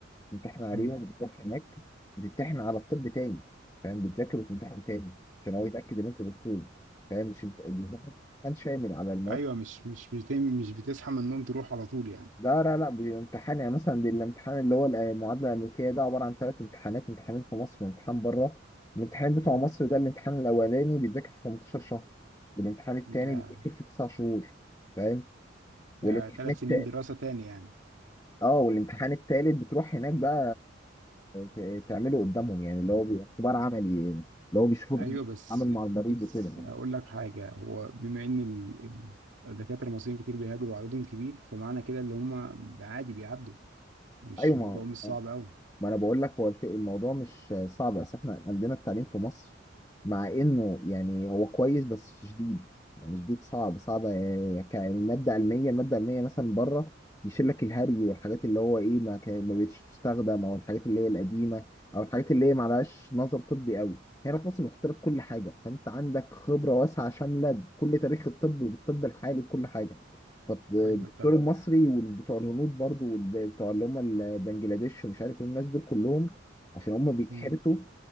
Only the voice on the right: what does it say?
مم.
ايوه مش مش بت- مش بتصحى من النوم تروح على طول يعني
مم.
ده
ده
ثلاث
سنين دراسه تاني يعني
ايوه بس
بس
هقول لك حاجه هو بما ان ال- ال- الدكاتره المصريين كتير بيهاجروا وعددهم كبير فمعنى كده اللي هم عادي بيعدوا مش
الموضوع
مش صعب قوي
ايوه
طب
مم.